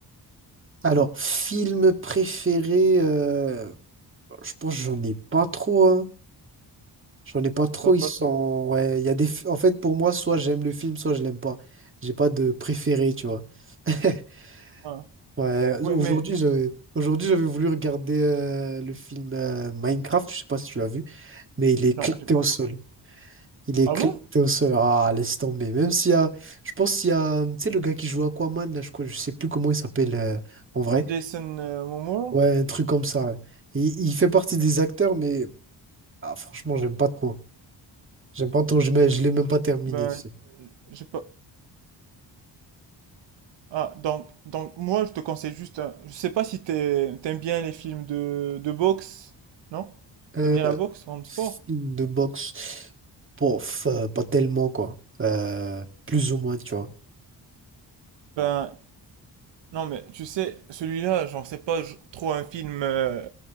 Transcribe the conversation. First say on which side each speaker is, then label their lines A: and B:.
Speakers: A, on the right; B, on the right.
A: Alors, film préféré, euh, je pense que j'en ai pas trop, hein. J'en ai pas trop,
B: T'as pas
A: ils sont...
B: trop?
A: Ouais, il y a des... fi- En fait, pour moi, soit j'aime le film, soit je l'aime pas. J'ai pas de préféré, tu vois. <laughs>
B: hein.
A: Ouais,
B: Ouais,
A: aujourd'hui,
B: mais
A: je Aujourd'hui, j'avais voulu regarder euh, le film euh, Minecraft, je sais pas si tu l'as vu, mais il est éclaté
B: non, j'ai pas.
A: au
B: regardé.
A: sol. Il est
B: Ah
A: éclaté
B: bon?
A: au Ah, laisse tomber. Même s'il y a. Je pense qu'il y a. Tu sais, le gars qui joue Aquaman, là, je crois, je sais plus comment il s'appelle euh, en vrai.
B: Jason euh, Momoa?
A: Ouais, un truc comme ça. ouais. Et il fait partie des acteurs, mais ah, franchement, j'aime pas trop. J'aime pas trop. Je mets- je l'ai même pas terminé,
B: Ben,
A: tu sais.
B: euh, j'ai pas. Ah, donc, donc moi, je te conseille juste. un- Je sais pas si t'es- t'aimes bien les films de, de boxe, non?
A: Euh,
B: T'aimes bien la boxe comme
A: film
B: sport?
A: de boxe. Pof, euh, pas tellement, quoi. Euh, plus ou moins, tu vois.
B: Ben, Non, mais tu sais, celui-là, j'en sais pas je- trop un film, euh,